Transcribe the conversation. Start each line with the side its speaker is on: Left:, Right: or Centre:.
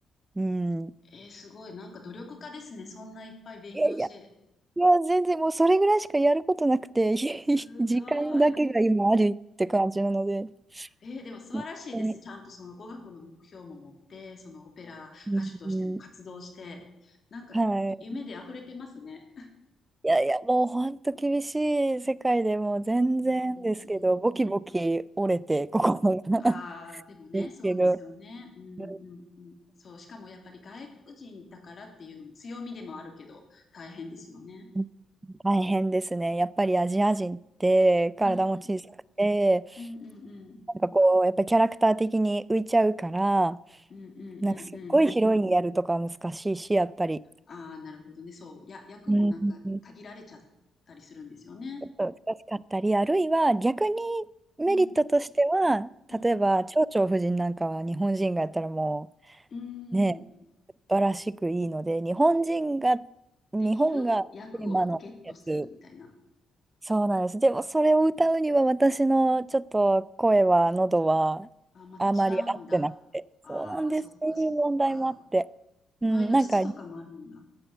Right: うん。
Left: えー、すごい。なんか努力家ですね。そんないっぱい勉強して。
Right: いやいや、全然もうそれぐらいしかやることなくて、
Left: すごい。
Right: <laughs> 時間だけが今あるって感じなので、
Left: えー、でも素晴らしいです。
Right: 本当に
Left: ちゃんとその語学の目標も持って、そのオペラ歌手としても活動して、
Right: うん
Left: なんか夢で溢れてますね。
Right: はい。いやいや、もう本当厳しい世界でもう全然ですけど、
Left: うんうんうん
Right: ボキボキ折れて、
Left: うん。
Right: 心が
Left: ああ、
Right: <laughs>
Left: でもね、
Right: ですけど、
Left: そうですよね。うんうんうん。
Right: う
Left: そう、しかもやっぱり外国人だからっていうのも強みでもあるけど、大変ですよね。
Right: ん大変ですね。やっぱりアジア人って体も小さくて、
Left: うんうん。うんうんうん。
Right: なんかこう、やっぱりキャラクター的に浮いちゃうから、
Left: うんうんうんうん。
Right: なんかすっごいヒロインやるとかは難しいし、やっぱり。
Left: ああ、なるほどね。そう。や、役もなんか限られちゃったりするんですよね。
Right: うんちょっと難しかったり、あるいは逆にメリットとしては、
Left: うん。うん。
Right: 例えば蝶々夫人なんかは日本人がやったらも
Left: うん。
Right: うね、素晴らしくいいので、日本人が、日本がテーマのやつ、
Left: できる役をゲットするみたいな。
Right: そうなんです。でもそれを歌うには私のちょっと声は、喉は
Left: あ、また違うんだ。
Right: あまり合ってなくて、
Left: ああ、
Right: そうなんです。
Left: そっかそっか。
Right: そういう問題もあって。
Left: 声の質とかもあるんだ。
Right: うん、なんか、